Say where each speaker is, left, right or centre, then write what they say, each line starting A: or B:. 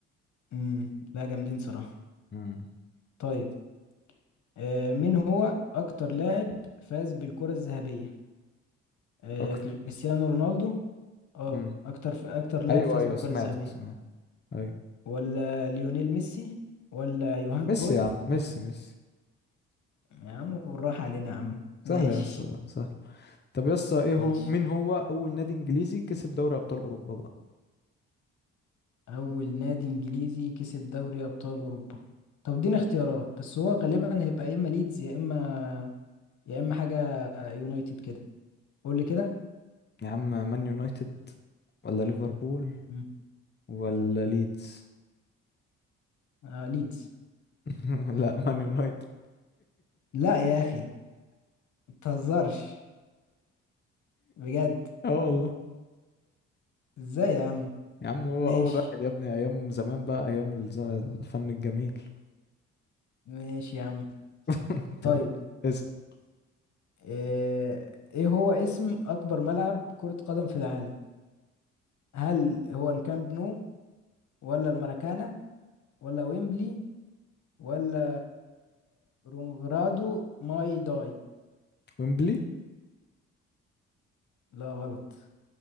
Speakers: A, on the left; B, on the left.
A: مم. لا جامدين صراحة
B: مم.
A: طيب آه مين هو أكتر لاعب فاز بالكرة الذهبية آه
B: اكتر
A: كريستيانو رونالدو اه
B: مم.
A: اكتر ف... اكتر لاعب
B: ايوه
A: فاز
B: ايوه
A: بالكرة
B: سمعتك
A: الذهبية
B: سمعت ايوه
A: ولا ليونيل ميسي ولا يوهان
B: ميسي
A: كرويف
B: يا عم ميسي ميسي
A: يا عم بالراحة علينا يا عم ماشي
B: سهل يا اسطى ده سهل طب يا اسطى ايه هو
A: ماشي
B: مين هو اول نادي انجليزي كسب دوري ابطال اوروبا بقى
A: اول نادي انجليزي كسب دوري ابطال اوروبا طب اديني اختيارات بس هو غالبا هيبقى يا اما ليدز يا اما يا اما حاجة يونايتد كده قول لي كده
B: يا عم مان يونايتد ولا ليفربول
A: مم.
B: ولا ليدز
A: آه ليدز
B: <laughs> لا مان يونايتد
A: لا يا اخي متهزرش بجد
B: اه والله
A: ازاي يا عم
B: يا عم هو
A: ماشي
B: اول واحد يا ابني ايام زمان بقى ايام الز- الفن الجميل
A: ماشي يا عم
B: <laughs>
A: طيب
B: طيب اسال
A: آه، ايه هو اسم اكبر ملعب كرة قدم في العالم هل هو الكامب نو ولا الماراكانا ولا ويمبلي ولا رونجرادو ماي داي
B: ويمبلي
A: لا غلط